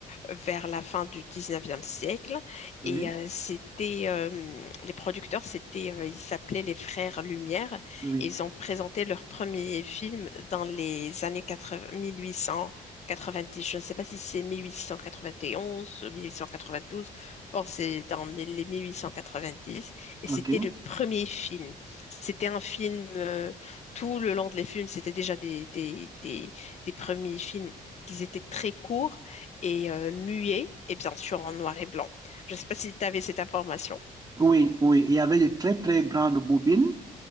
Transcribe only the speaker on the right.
Oui,
oui,
ok.
Oui, oui, il y avait de très, très grandes bobines,